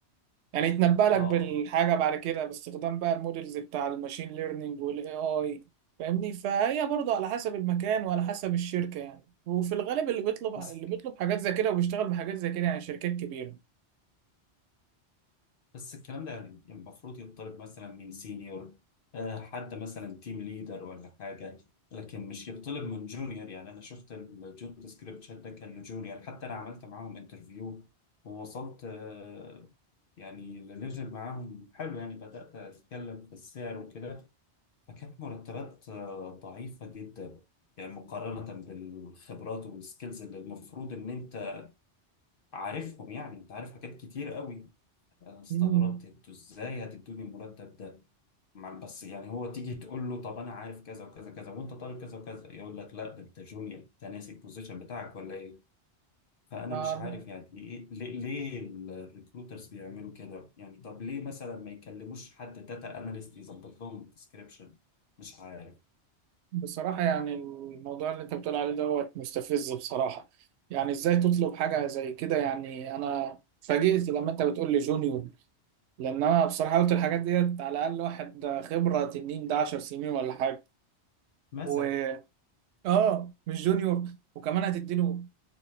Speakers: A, on the right (about 75°); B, on the left (about 55°).
A: يعني يتنبأ لك
B: اه آه.
A: بالحاجة بعد كده باستخدام بقى المودلز بتاع الماشين ليرنينج والاي اي فاهمني فهي برضه على حسب المكان وعلى حسب الشركة يعني وفي الغالب اللي بيطلب اللي
B: بس
A: بيطلب حاجات زي كده وبيشتغل بحاجات زي كده يعني شركات كبيرة
B: بس الكلام ده يعني المفروض يطلب مثلا من سينيور آه، حد مثلا تيم ليدر ولا حاجة لكن مش يطلب من جونيور يعني أنا شفت الجوب ديسكريبشن ده كان لجونيور حتى أنا عملت معاهم انترفيو ووصلت آه، يعني لليفل معاهم حلو يعني بدأت أتكلم في السعر وكده فكانت مرتبات آه، ضعيفة جدا يعني مقارنة بالخبرات والسكيلز اللي المفروض إن أنت عارفهم يعني أنت عارف حاجات كتير قوي انا استغربت
A: مم.
B: انتوا ازاي هتدوني المرتب ده مع- بس يعني هو تيجي تقول له طب انا عارف كذا وكذا كذا وانت طالب كذا وكذا يقول لك لا ده انت جونيور انت ناسي البوزيشن بتاعك ولا ايه فانا
A: ما-
B: مش عارف يعني ايه ليه, ليه الريكروترز بيعملوا كده يعني طب ليه مثلا ما يكلموش حد داتا اناليست يظبط لهم الديسكريبشن مش عارف
A: بصراحة يعني الموضوع اللي انت بتقول عليه دوت مستفز بصراحة يعني ازاي تطلب حاجة زي كده يعني انا فاجئت لما انت بتقول لي جونيور لان انا بصراحة قلت الحاجات ديت على الاقل واحد خبرة تنين ده 10 سنين ولا حاجة
B: مثلا
A: و... اه مش جونيور وكمان هتديله